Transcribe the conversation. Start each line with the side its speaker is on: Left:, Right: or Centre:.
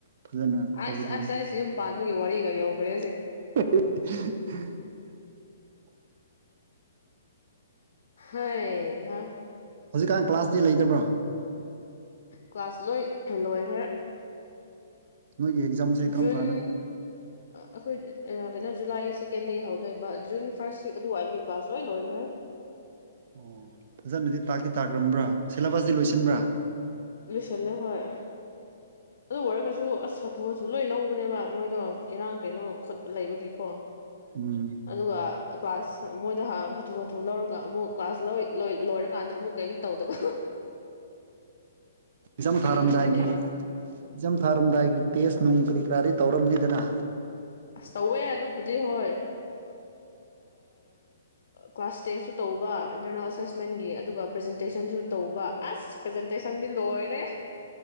Right: ꯐꯖꯅ ꯇꯧꯒꯗꯕꯅꯤ
Left: ꯑꯁ ꯑꯁꯦ ꯑꯁ ꯌꯨꯝ ꯄꯥꯟ ꯑꯗꯨꯒꯤ ꯋꯥꯔꯤꯒ ꯌꯎꯈ꯭ꯔꯦ
Right: <inaudible>
Left: ꯍꯑ
Right: ꯍꯧꯖꯤꯛꯀꯥꯟ ꯀ꯭ꯂꯥꯁꯇꯤ ꯂꯩꯇꯕ꯭ꯔꯥ
Left: ꯀ꯭ꯂꯥꯁ ꯂꯣꯏ ꯂꯣꯏꯈ꯭ꯔꯦ
Right: ꯅꯣꯏꯒꯤ ꯑꯦꯛꯖꯥꯝꯁꯦ ꯀꯔꯝ
Left: ꯖꯨꯟ
Right: ꯀꯥꯟꯗ
Left: ꯑꯩꯈꯣꯏ ꯀꯩꯅꯣ ꯖꯨꯂꯥꯏ ꯁꯦꯀꯦꯟꯗꯒꯤ ꯍꯧꯗꯣꯏꯕ ꯖꯨꯟ ꯐꯥꯔꯁ ꯋꯤꯛ ꯑꯗꯨꯋꯥꯏꯗꯨꯒꯤ ꯀ꯭ꯂꯥꯁ ꯂꯣꯏ ꯂꯣꯏꯈ꯭ꯔꯦ
Right: ꯑꯣ ꯐꯖꯅꯗꯤ ꯇꯥꯛꯇꯤ ꯇꯥꯛꯈ꯭ꯔꯕ꯭ꯔꯥ ꯁꯤꯦꯂꯦꯕꯁꯇꯤ ꯂꯣꯏꯁꯤꯟꯕ꯭ꯔꯥ
Left: ꯂꯁꯦ ꯍꯣꯏ ꯑꯗꯨ ꯋꯥꯔꯒꯁꯨ ꯑꯁ ꯊꯣꯁꯨ ꯂꯣꯏ ꯂꯧꯕꯅꯦꯕ ꯃꯣꯏꯗꯣ ꯏꯔꯥꯡ ꯀꯩꯅꯣ ꯈꯣꯠꯄ ꯂꯩꯕꯒꯤ ꯀꯣ
Right: ꯎꯝ
Left: ꯑꯗꯨꯒꯡ ꯀ꯭ꯂꯥꯁ ꯃꯣꯏꯗ ꯍꯥꯊꯨ ꯍꯥꯊꯨ ꯂꯧꯔꯒ ꯑꯃꯨꯛ ꯀ꯭ꯂꯥꯁ ꯂꯣꯏꯔꯀꯥꯟꯗ ꯑꯃꯨꯛ ꯀꯔꯤꯝ ꯇꯧꯗꯕ
Right: ꯖꯝ
Left: ꯐ꯭ꯔꯤꯗ
Right: ꯊꯥꯔꯝꯗꯥꯏꯒꯤ
Left: ꯑꯗꯨꯝ ꯂꯩꯕ
Right: ꯖꯝ ꯊꯥꯔꯝꯗꯥꯏꯒꯤ ꯇꯦꯁ ꯅꯨꯡ ꯀꯔꯤ ꯀꯔꯤ ꯇꯧꯔꯝꯅꯤꯗꯅ
Left: ꯑꯁ ꯇꯧꯋꯦ ꯑꯗꯨꯕꯨꯗꯤ ꯍꯣꯏ ꯀ꯭ꯂꯥꯁ ꯇꯦꯁꯁꯨ ꯇꯧꯕ ꯏꯟꯇꯔꯅꯦꯜ ꯑꯦꯁꯦꯁꯃꯦꯟꯒꯤ ꯑꯗꯨꯒ ꯄ꯭ꯔꯖꯦꯟꯇꯦꯁꯟꯁꯨ ꯇꯧꯕ ꯑꯁ ꯄ꯭ꯔꯖꯦꯟꯇꯦꯁꯟꯗꯤ ꯂꯣꯏꯔꯦ